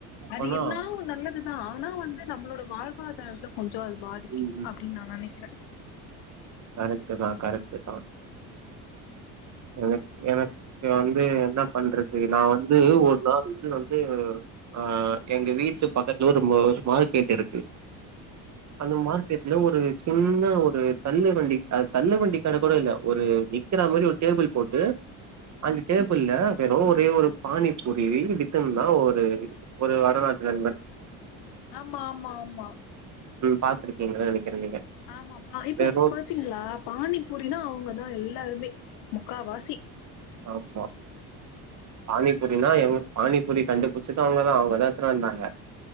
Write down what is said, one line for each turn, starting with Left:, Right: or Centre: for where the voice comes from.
Right: அப்பனா
Left: அது இருந்தாலு ஒரு நல்லது ஆனா வந்து நம்மளோட வாழ்வாதாரத்த கொஞ்ஜோ அது பாதி
Right: ம்,
Left: அப்டின்னு நா நனைக்கிற
Right: கரெக்ட் தா கரெக்ட் தா எனக்எனக்கு வந்து என்ன பண்றது நா வந்து ஒரு நாள் வந்து அ எங்க வீட்டு பக்கத்துல ஒர ஒரு மார் கேட்டு இருக்கு அந்த மார்க்கெட்ல ஒரு சின்ன ன்னஒரு தள்ளு வண்டி அது தள்ளு வண்டி கட கூட இல்ல ஒரு நிற்கிற மாரி ஒரு டேபிள் போட்டு அந்த டேபிள்ல வெறும் ஒரே ஒரு பானி பூரி வித்துன்னுந்தா ஒரு ஒரு வடநாட்டு நண்பன்
Left: ஆமா மா மா
Right: பாத்துருகீங்க நினக்கிறே நீங்க
Left: ஆமா இப்ப
Right: வெறு
Left: பாத்தீங்ளா பானிபூரினா அவுங்கதான் எல்லாருமே முக்காவாசி
Right: ஆம்மா பானிபூரினா எங்க பானிபூரி கண்டுபுடிச்சது அவுங்கதான் அவுங்கதான் எடுத்துன் வந்தாங்க